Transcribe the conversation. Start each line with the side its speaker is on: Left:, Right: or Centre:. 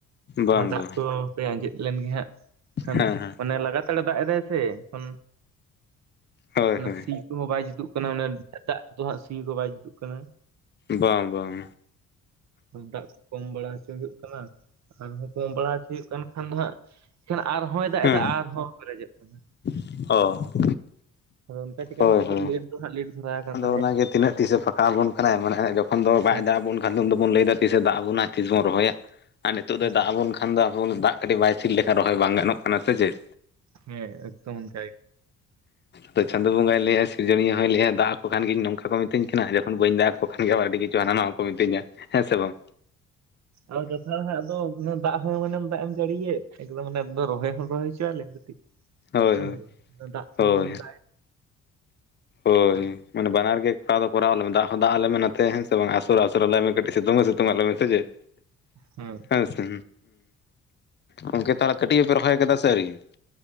Left: ᱵᱟᱝ
Right: ᱚᱱᱟ ᱫᱟᱜ
Left: ᱵᱟᱝ
Right: ᱠᱚ ᱦᱟᱯᱮ ᱟᱸᱡᱮᱫ ᱞᱮᱱ ᱜᱮ ᱦᱟᱸᱜ ᱠᱷᱟᱱ
Left: ᱦᱮᱸ ᱦᱮᱸ
Right: ᱚᱱᱮ ᱞᱟᱜᱟᱛᱟᱲ ᱮ ᱫᱟᱜ ᱮᱫᱟᱭ ᱥᱮ ᱮᱠᱷᱚᱱ
Left: ᱦᱳᱭ
Right: ᱚᱱᱟ
Left: ᱦᱳᱭ
Right: ᱥᱤ ᱠᱚᱦᱚᱸ ᱵᱟᱭ ᱡᱩᱛᱩᱜ ᱠᱟᱱᱟ ᱫᱟᱜ ᱨᱮᱫᱚ ᱦᱟᱸᱜ ᱥᱤ ᱠᱚ ᱵᱟᱭ ᱡᱩᱛᱩᱜ ᱠᱟᱱᱟ᱾
Left: ᱵᱟᱝ ᱵᱟᱝ᱾
Right: ᱫᱟᱜ ᱠᱚ ᱠᱚᱢ ᱵᱟᱲᱟ ᱦᱚᱪᱚ ᱦᱩᱭᱩᱜ ᱠᱟᱱᱟ। ᱟᱨᱦᱚᱸ ᱠᱚᱢ ᱵᱟᱲᱟ ᱦᱚᱪᱚ ᱦᱩᱭᱩᱜ ᱠᱟᱱ ᱠᱷᱟᱱ ᱫᱚ ᱦᱟᱸᱜ ᱮᱱᱠᱷᱟᱱ ᱟᱨᱦᱚᱸᱭ ᱫᱟᱜ
Left: ᱦᱮᱸ
Right: ᱮᱫᱟ ᱟᱨᱦᱚᱸ ᱯᱮᱨᱮᱡᱚᱜ ᱠᱟᱱᱟ।
Left: ᱚ᱾
Right: ᱟᱫᱚ ᱚᱱᱠᱟ ᱪᱤᱠᱟ
Left: ᱦᱳᱭ
Right: ᱦᱟᱜ ᱠᱟᱹᱴᱤᱡ
Left: ᱦᱳᱭ
Right: ᱞᱮᱴ ᱫᱚ ᱦᱟᱜ ᱞᱮᱹᱴ ᱫᱷᱟᱨᱟ ᱟᱠᱟᱱ
Left: ᱟᱫᱚ
Right: ᱛᱟᱞᱮᱭᱟ
Left: ᱚᱱᱟᱜᱮ ᱛᱤᱱᱟᱹᱜ ᱛᱤᱥᱮ ᱯᱷᱟᱸᱠᱟ ᱟᱵᱚᱱ ᱠᱟᱱᱟᱭ ᱢᱟᱱᱮ ᱡᱚᱠᱷᱚᱱ ᱫᱚ ᱵᱟᱭ
Right: ᱦᱮᱸ
Left: ᱫᱟᱜ ᱟᱵᱚᱱ ᱟᱫᱚ ᱩᱱ ᱫᱚᱵᱚᱱ ᱞᱟᱹᱭᱫᱟ ᱛᱤᱥ ᱮ ᱫᱟᱜ ᱟᱵᱚᱱᱟ ᱛᱤᱥ ᱵᱚᱱ ᱨᱚᱦᱚᱭᱟ ᱟᱨ ᱱᱤᱛᱚᱜ
Right: ᱦᱮᱸ
Left: ᱫᱚ ᱫᱟᱜ ᱟᱵᱚᱱ ᱠᱷᱟ ᱵᱟᱠᱷᱟᱱ ᱫᱚ ᱟᱵᱚᱱ ᱫᱟᱜ ᱠᱟᱹᱴᱤᱡ ᱵᱟᱭ ᱛᱷᱤᱨ ᱞᱮᱠᱷᱟᱱ ᱨᱚᱦᱚᱭ ᱵᱟᱝ ᱜᱟᱱᱚᱜ ᱠᱟᱱᱟ ᱥᱮ ᱪᱮᱫ?
Right: ᱦᱮᱸ ᱮᱠᱫᱚᱢ ᱚᱱᱠᱟᱜᱮ ᱾
Left: ᱛᱚ ᱪᱟᱸᱫᱳ ᱵᱚᱸᱜᱟᱭ ᱞᱟᱹᱭᱟ ᱥᱤᱨᱡᱚᱱᱤᱭᱟᱹ ᱦᱚᱸᱭ ᱞᱟᱹᱭᱟ ᱫᱟᱜ ᱠᱷᱟᱱ ᱜᱤᱧ ᱱᱚᱝᱠᱟ ᱠᱚ ᱢᱤᱛᱤᱧ ᱠᱟᱱᱟ ᱡᱚᱠᱷᱟᱱ ᱵᱟᱹᱧ ᱫᱟᱜ ᱟᱠᱚ ᱠᱷᱟᱱ ᱟᱹᱰᱤ ᱠᱤᱪᱷᱩ ᱦᱟᱱᱟ ᱱᱟᱣᱟ ᱠᱚ ᱢᱤᱛᱟᱹᱧᱟ, ᱦᱮᱸᱥᱮ ᱵᱟᱝ?
Right: ᱟᱨ ᱠᱟᱛᱷᱟ ᱦᱟᱸᱜ ᱫᱚ ᱫᱟᱜ ᱦᱚᱸ ᱢᱟᱱᱮᱢ ᱫᱟᱜ ᱮᱢ ᱡᱟᱹᱲᱤ ᱮᱫ ᱮᱠᱫᱚᱢ ᱢᱟᱱᱮ ᱨᱚᱦᱚᱭ ᱦᱚᱸ ᱨᱚᱦᱚᱭ ᱦᱚᱪᱚᱭ ᱟᱞᱮᱢ ᱠᱟᱹᱴᱤᱡ ᱾
Left: ᱦᱳᱭ
Right: <unintelligible>
Left: ᱦᱳᱭ
Right: ᱫᱟᱜ ᱛᱮ
Left: ᱦᱳᱭ
Right: <unintelligible>
Left: ᱦᱳᱭ
Right: ᱠᱟᱱ
Left: ᱢᱟᱱᱮ ᱵᱟᱱᱟᱨ ᱜᱮ ᱠᱚᱨᱟᱣ ᱫᱚ ᱠᱚᱨᱟᱣ ᱟᱞᱮ ᱢᱮ ᱫᱟᱜ ᱦᱚᱸ ᱫᱟᱜ ᱟᱞᱮ ᱢᱮ ᱦᱮᱱ ᱥᱮ ᱵᱟᱝ ᱟᱥᱳᱲ ᱦᱚᱸ ᱟᱥᱳᱲ ᱟᱞᱮ ᱢᱮ ᱠᱟᱹᱴᱡ ᱥᱮᱛᱳᱝ ᱦᱚᱸ ᱥᱮᱛᱳᱝ ᱟᱞᱮ ᱢᱮ ᱥᱮ ᱪᱮᱫ?
Right: ᱦᱩᱸ
Left: ᱦᱮᱸ ᱥᱮ ᱜᱚᱢᱠᱮ ᱛᱟᱦᱞᱮ ᱠᱟᱹᱴᱤᱡ ᱦᱚᱯᱮ ᱨᱚᱦᱚᱭ ᱟᱠᱟᱫᱟ ᱥᱮ ᱟᱹᱣᱨᱤᱭᱟ